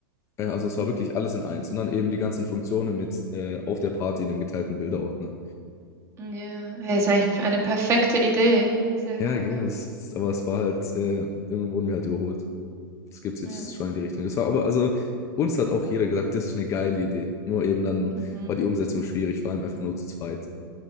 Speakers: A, on the right; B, on the left.
A: mhm.
B: ja, also es war wirklich alles in eins. Und dann eben die ganzen Funktionen mit äh, auf der Party in dem geteilten Bilderordner.
A: Ja, hey, ist eigentlich eine perfekte Idee. Sehr
B: Ja,
A: cool,
B: gell,
A: ja.
B: das ist, aber es war halt, äh, irgendwo wurden wir halt überholt. Das gibt es jetzt
A: Ja.
B: schon in die Richtung. Das war aber, also uns hat auch jeder gesagt, das ist eine geile Idee. Nur eben dann
A: Mhm,
B: war die Umsetzung schwierig, vor allem einfach nur zu zweit.